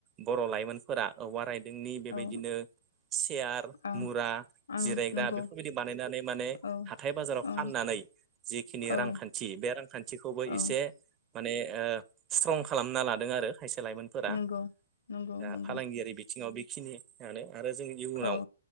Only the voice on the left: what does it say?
औ
ओं
ओं
नंगौ
औ
ओं
औ
औ
नंगौ नंगौ
नंगौ
औ